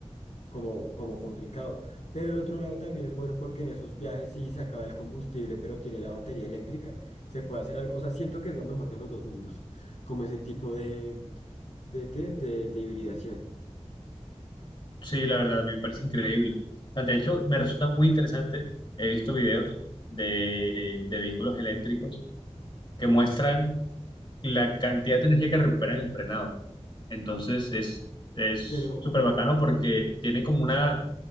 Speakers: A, on the left (about 85°); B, on the left (about 45°).
A: como, como complicado. Pero el otro lado también es bueno porque en esos viajes si se acaba el combustible, pero tiene la batería eléctrica, se puede hacer algo. O sea, siento que es lo mejor de los dos mundos, como ese tipo de, ¿de qué? De, de hibridación.
B: Sí, la verdad, a mí me parece increíble. Ah, De hecho, me resulta muy interesante. He visto videos de, de vehículos eléctricos que muestran la cantidad de energía que recuperan en el frenado. Entonces es es
A: Pero,
B: súper bacano porque tienen como una,